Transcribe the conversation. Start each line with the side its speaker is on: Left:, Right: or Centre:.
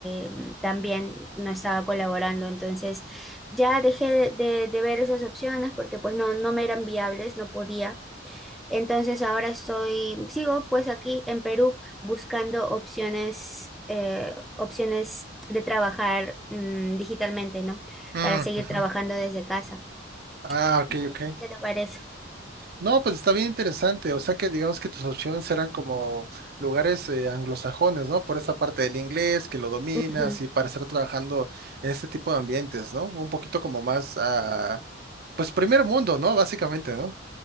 Centre: em, también no estaba colaborando. Entonces ya dejé de, de- de ver esas opciones porque pues no, no me eran viables, no podía. Entonces ahora estoy, sigo pues aquí en Perú buscando opciones, eh, opciones de trabajar mm, digitalmente, ¿no?
Right: mm,
Centre: Para seguir
Right: ujú.
Centre: trabajando desde casa.
Right: Ah, ok,
Centre: ¿Y sí,
Right: ok.
Centre: qué te parece?
Right: No, pues está bien interesante. O sea que digamos que tus opciones eran como lugares eh, anglosajones, ¿no? Por esa parte del inglés, que lo dominas
Centre: Ujú.
Right: y para estar trabajando en este tipo de ambientes, ¿no? Un poquito como más a, pues primer mundo, ¿no? Básicamente, ¿no?